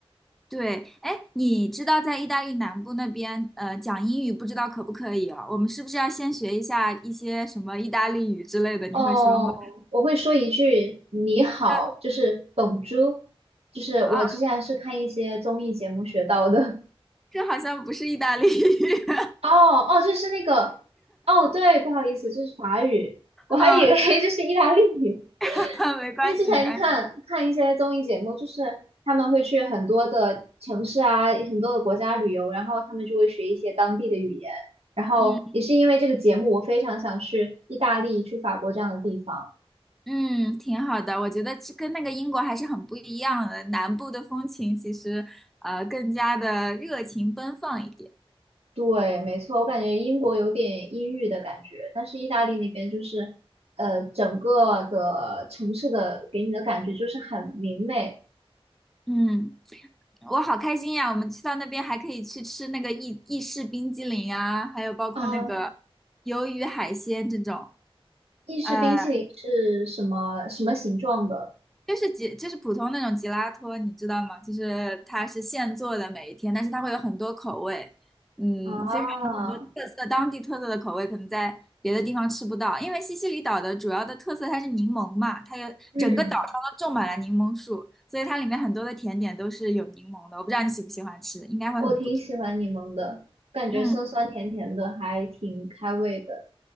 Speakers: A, in the centre; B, on the right (about 85°).
A: 对。哎，你知道在意大利南部那边，呃，讲英语不知道可不可以哦？我们是不是要先学一下一些什么意大利语之类的？你会说吗？
B: 哦，我会说一句你好，
A: <laughs>
B: 就是 b o 就是我之前是看一些综艺节目学到的。
A: 啊，这好像不是意大利语。<laughs>
B: 哦哦，就是那个，哦对，不好意思，这是法语，我还以为
A: 啊，
B: <laughs> 这是意大利语，
A: <laughs> 没关系，
B: 因为之前看看一些综艺节目，
A: 没关系。
B: 就是他们会去很多的城市啊，很多的国家旅游，然后他们就会学一些当地的语言，然后也是因为这个节目，
A: 嗯
B: 我非常想去意大利、去法国这样的地方。
A: 嗯，挺好的。我觉得这跟那个英国还是很不一样的，南部的风情其实呃更加的热情奔放一点。
B: 对，没错，我感觉英国有点阴郁的感觉，但是意大利那边就是，呃，整个的城市的给你的感觉就是很明媚。
A: 嗯，我好开心呀！我们去到那边还可以去吃那个意意式冰激凌啊，还有包括那个
B: 啊，
A: 鱿鱼海鲜这种。
B: 意式冰淇淋是什么什么形状的？
A: 呃。就是吉，就是普通那种吉拉托，你知道吗？就是它是现做的每一天，但是它会有很多口味，嗯，
B: 啊，
A: 非常很多特色，当地特色的口味可能在别的地方吃不到，因为西西里岛的主要的特色它是柠檬嘛，它有整个岛上都种满了柠檬树，
B: 嗯，
A: 所以它里面很多的甜点都是有柠檬的，我不知道你喜不喜欢吃，应该会很不错。
B: 我挺喜欢柠檬的，感觉酸酸甜甜的，
A: 嗯。
B: 还挺开胃的。